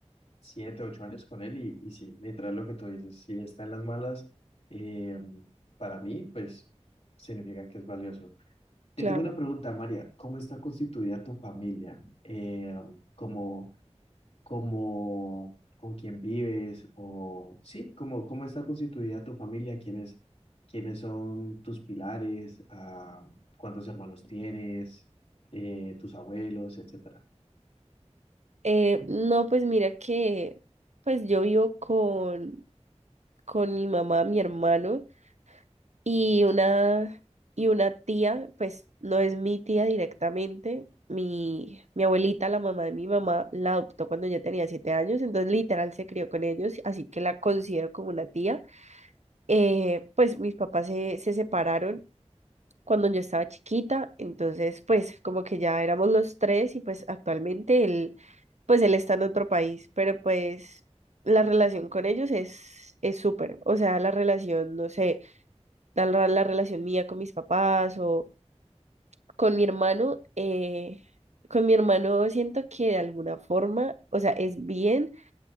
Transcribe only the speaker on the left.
siete, ocho años con él y, y sí, literal lo que tú dices, si está en las malas, eh, para mí, pues significa que es valioso. Te
tengo una pregunta, María, ¿cómo está constituida tu familia? Eh, como como con quién vives o sí, como cómo está constituida tu familia, quiénes, quiénes son tus pilares, ah, cuántos hermanos tienes, eh, tus abuelos, etcétera.